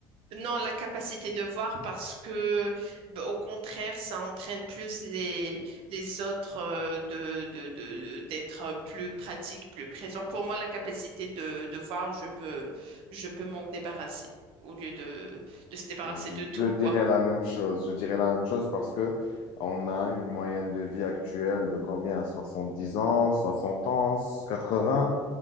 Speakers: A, on the right (about 65°); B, on the left (about 65°).
A: Non, la capacité de voir parce que, b- au contraire, ça entraîne plus les, les autres euh, de, de, de- d'être plus pratique, plus présent. Pour moi, la capacité de, de voir, je peux, je peux m'en débarrasser au lieu de, de se débarrasser
B: Je
A: de tout, quoi.
B: dirais la même chose. Je dirais la même chose parce que on a une moyenne de vie actuelle de combien? 70 ans, 60 ans, 80.